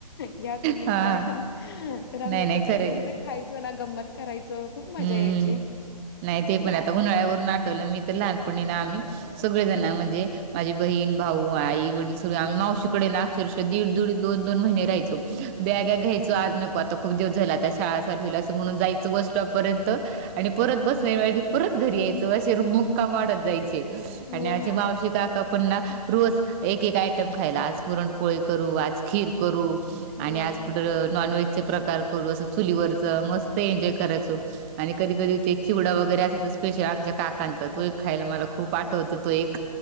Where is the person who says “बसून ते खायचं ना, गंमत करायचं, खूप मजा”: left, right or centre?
Left